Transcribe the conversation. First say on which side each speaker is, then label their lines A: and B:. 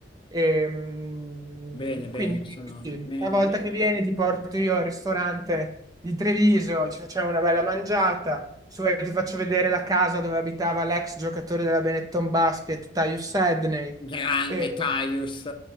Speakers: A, on the right; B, on the left.
A: Ehm,
B: Bene, bene,
A: quindi,
B: sono
A: sì,
B: mi-
A: una
B: mi-
A: volta che vieni, ti porto io al ristorante di Treviso, ci facciamo una bella mangiata se vuoi ti faccio vedere la casa dove abitava l'ex giocatore della Benetton Basket, Tyus Sedney.
B: grande
A: E,
B: Caius,